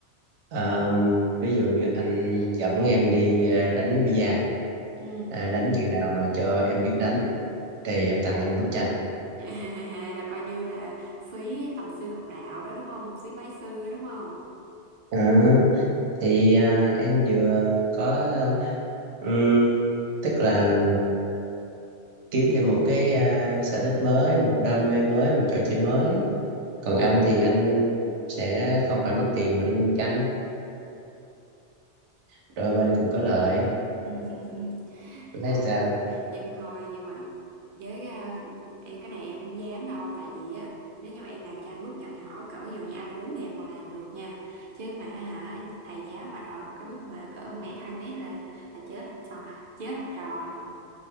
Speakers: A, on the right; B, on the right.
A: À, ví dụ như anh dẫn em đi à, đánh bia
B: ừ.
A: à, đánh chừng nào mà cho em biết đánh thì em tặng anh bức tranh
B: <laughs> là coi như là phí tầm sư học đạo đó đúng không phí bái sư đó đúng không
A: Ờ, thì à, em vừa có ừm, tức là kiếm thêm một cái à, sở thích mới một đam mê mới một trò chơi mới còn anh thì anh sẽ không phải mất tiền mà đi mua chanh đôi bên cũng có lợi
B: <laughs>
A: Em
B: ờ,
A: thấy sao
B: nhưng thôi nhưng mà với ờ, em cái này em không dám đâu tại vì á nếu như mà em làm cho anh bước nhỏ nhỏ cỡ ví dụ như a bốn thì em còn làm được nha chứ mà hả thầy giáo mà đòi cái bước mà cỡ 1 mét 2 mét là là chết học trò chết học trò